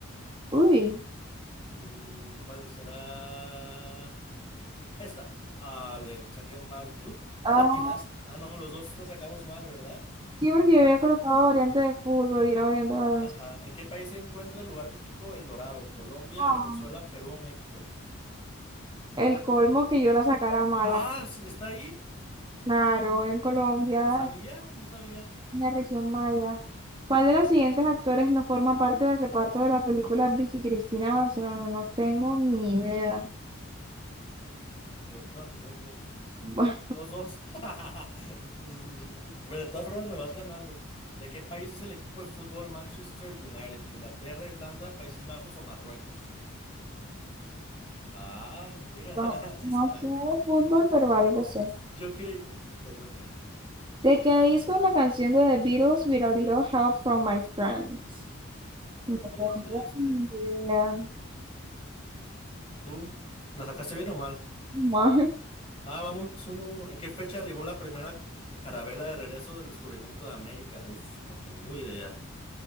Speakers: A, on the right (about 25°); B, on the left (about 25°).
A: Uy.
B: Mm, ¿cuál será? Esta. Ah, le saqué mal. ¿Y tú? Ah,
A: Ah,
B: latinas. Ah, no, los dos la sacamos mal, ¿verdad?
A: Sí, porque yo había
B: Ok.
A: colocado variante de fútbol y era variante de baloncesto.
B: Ajá. ¿En qué país se encuentra el lugar vítico El Dorado? ¿Colombia,
A: Ah,
B: Venezuela, Perú o México?
A: El colmo que yo la sacara mala.
B: Ah, sí, ¿está ahí?
A: Claro, en Colombia,
B: No sabía, no sabía.
A: en la región maya. ¿Cuál de los siguientes actores no forma parte del reparto de la película Vicky Cristina Barcelona? No tengo ni idea.
B: Yo tampoco.
A: Bueno,
B: Los dos. <laughs> Pues, De todas formas, me vas ganando. ¿De qué país es el equipo de fútbol Manchester United? ¿Inglaterra, Irlanda, Países Bajos o Marruecos? Ah, mira,
A: no
B: <laughs> sí
A: no
B: sabes.
A: sé de fútbol, pero algo sé.
B: Yo creí. eh, Te toca.
A: ¿De qué disco es la canción de The Beatles, With a Little Help from My Friends?
B: Creo
A: No tengo
B: que es de este.
A: ni idea.
B: ¿Tú la sacaste bien o mal?
A: <laughs>
B: Ah, vamos uno a uno. ¿En qué fecha arribó la primera carabela de regreso del descubrimiento de América? Uf, no tengo idea.